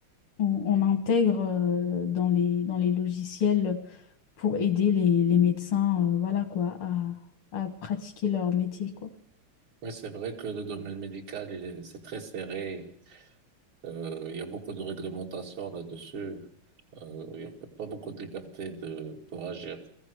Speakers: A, on the left; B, on the right.
A: on- on intègre euh, dans les, dans les logiciels pour aider les, les médecins, euh, voilà quoi, à, à pratiquer leur métier, quoi.
B: Oui, c'est vrai que le domaine médical, il est- c'est très serré. Euh, il y a beaucoup de réglementations là-dessus. Euh, il n'y a pas beaucoup de liberté de, pour agir.